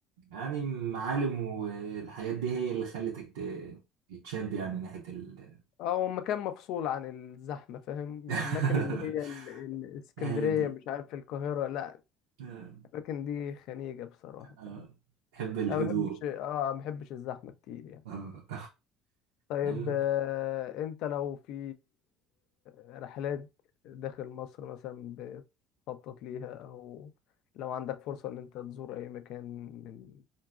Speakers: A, on the right; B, on the left.
A: يعني معالم والحاجات دي هي اللي خلتك ت- تشد يعني ناحية ال
B: اه هو مكان مفصول عن الزحمة فاهم
A: <laughs>
B: يعني الأماكن اللي هي ال- ال- الإسكندرية
A: هادي
B: مش عارف القاهرة لا
A: آه.
B: الأماكن دي خنيجة بصراحة
A: آه.
B: فاهم؟
A: تحب الهدوء
B: أنا ما بحبش اه ما بحبش الزحمة كتير يعني
A: آه.
B: طيب
A: <laughs>
B: آه أنت لو في آه رحلات داخل مصر مثلا بتخطط ليها أو لو عندك فرصة إن أنت تزور أي مكان من